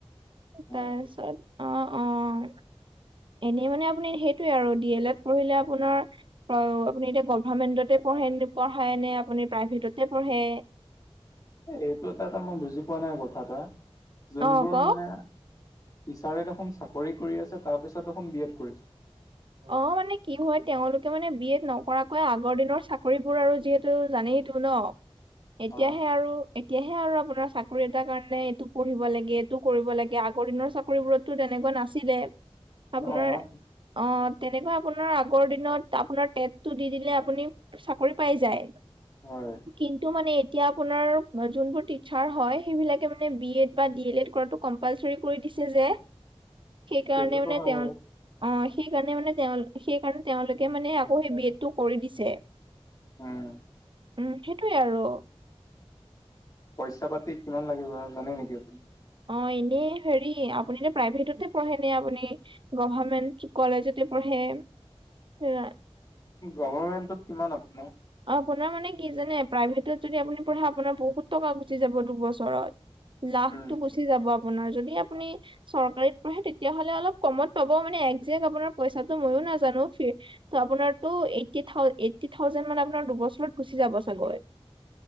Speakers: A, on the right; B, on the left.
A: তাৰপিছত
B: অ',
A: অ', অ'। এনেই মানে আপুনি সেইটোৱে আৰু ডি এল এড পঢ়িলে আপোনাৰ অ', আপুনি এতিয়া গভামেন্টতে পঢ়েন পঢ়াই নে আপুনি প্ৰাইভেটতে পঢ়ে?
B: এইটো এটা এটা মই বুজি পোৱা নাই কথা এটা যোনবোৰ
A: অ কওক
B: মানে টিচাৰে দেখোন চাকৰি কৰি আছে তাৰপিছত দেখোন বি এড কৰিছে।
A: অ', মানে কি হয় তেওঁলোকে মানে বি এড নকৰাকৈ আগৰ দিনৰ চাকৰিবোৰ আৰু যিহেতু জানেইেতো ন। এতিয়াহে
B: অ',
A: আৰু এতিয়াহে আৰু আপোনাৰ চাকৰি এটাৰ কাৰণে এইটো পঢ়িব লাগে এইটো কৰিব লাগে আগৰ দিনৰ চাকৰিবোৰত টো তেনেকুৱা নাছিলে। আপোনাৰ
B: অ',
A: অ', তেনেকুৱা আপোনাৰ আগৰ দিনত আপোনাৰ টেটটো দি দিলে আপুনি চাকৰি পাই যায়।
B: হয়।
A: কিন্তু মানে এতিয়া আপোনাৰ যোনবোৰ টিচাৰ হয়, সেইবিলাকে মানে বি এড বা ডি এল এড কৰাতো কম্পালচৰি কৰি দিছে যে, সেইকাৰণে
B: সেইটোতো
A: মানে
B: হয়
A: তেওঁ অ', সেইকাৰণে মানে তেওঁ সেইকাৰণে তেওঁলোকে মানে আকৌ সেই বি এডটো কৰি দিছে।
B: উম।
A: উম সেইটোয়ে আৰু।
B: পইচা পাতি কিমান লাগিব জানে নেকি আপুনি?
A: অ', এনেই হেৰি আপুনি নে প্ৰাইভেটতে পঢ়ে নে আপুনি গভাৰ্মেণ্ট কলেজতে পঢ়ে, সেইয়াই।
B: গভাৰ্মেণ্টত কিমান আছে?
A: আপোনাৰ মানে কি জানে, প্ৰাইভেটত যদি আপুনি পঢ়ে আপোনাৰ বহুত টকা গুচি যাব দুবছৰত। লাখটো
B: উম,
A: গুচি যাব আপোনাৰ, যদিহে আপুনি। চৰকাৰীত পঢ়ে তেতিয়াহ'লে অলপ কমত পাব, মানে একজেক্ট আপোনাৰ পইচাটো ময়ো নাজানো। ত, আপোনাৰটো এইটি থাও, এইতটি থাউজেণ্ড মান টকা দুবছৰত গুচি যাব চাগৈ